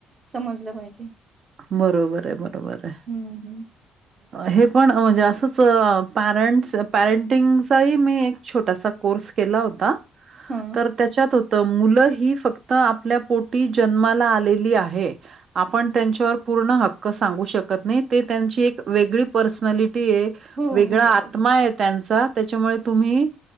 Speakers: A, on the right; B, on the right.
A: समजलं पाहिजे.
B: बरोबर आहे. बरोबर आहे.
A: हम्म हम्म
B: हे पण म्हणजे असंच पॅरेंट्स पॅरेंटिंगचाही मी एक छोटासा कोर्स केला होता.
A: हा
B: तर त्याच्यात त मुलं ही फक्त आपल्या पोटी जन्माला आलेली आहे. आपण
A: हा.
B: त्यांच्यावर पूर्ण हक्क सांगू शकत नाही. ते त्यांची एक वेगळी पर्सनॅलिटी आहे.
A: हो
B: वेगळा
A: हो
B: आत्मा
A: हो
B: आहे त्यांचा. त्याच्यामुळे तुम्ही